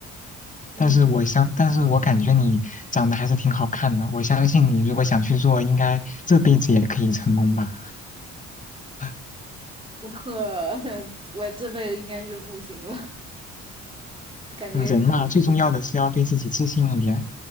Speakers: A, on the right; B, on the left.
A: 嗯，
B: 但是我相，但是我感觉你长得还是挺好看的，我相信你如果想去做，应该这辈子也可以成功吧。<laughs>
A: 我 <laughs> 我这辈子应该是不行了，感觉
B: 嗯人嘛，最重要的是要对自己自信一点，
A: <laughs>。